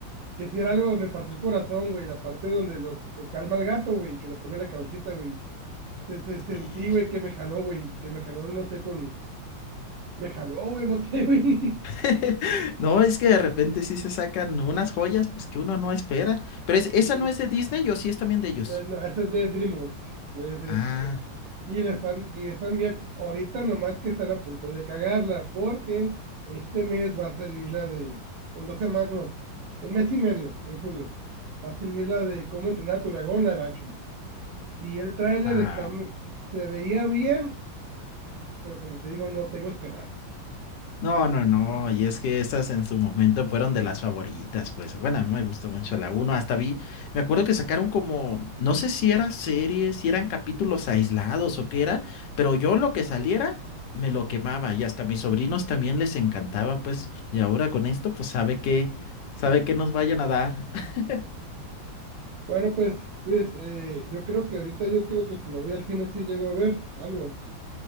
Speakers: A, on the right; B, on the left.
A: que si era algo, me partió el corazón, güey. La parte donde lo, lo calma el gato, güey, que le pone la cabecita, güey. Se, se sentí,
B: Sí.
A: güey, que me jaló, güey, que me jaló, no sé, con, me jaló, güey, no sé, güey.
B: <laughs> No, es que de repente sí se sacan unas joyas, pues que uno no espera. Pero es-
A: <laughs> Sí,
B: esa no es de Disney o sí es también de ellos.
A: Eh, No, ese es de DreamWorks. Es- es-
B: Ah,
A: eh, y, la están, y están bien. Ahorita nomás que están a punto de cagarla, porque este mes va a salir la de, en dos semanas, no, en mes y medio, en junio, va a salir la de cómo entrenar a tu dragón live action. Vi el tráiler,
B: Ah,
A: está, m- se veía bien, pero como te digo, no tengo esperanza.
B: no,
A: Ah,
B: no, no. Y es que esas en su momento fueron de las favoritas. Pues bueno, a mí me gustó mucho la uno Hasta vi, me acuerdo que sacaron como, no sé si era series, si eran capítulos aislados o qué era, pero yo lo que saliera me lo quemaba. Y hasta a mis sobrinos también les encantaba, pues. Y ahora con esto, pues sabe que, sabe que nos vayan a dar. <laughs>
A: Bueno, pues, Luis, eh, yo creo que ahorita yo creo que si me voy al cine sí llego a ver algo.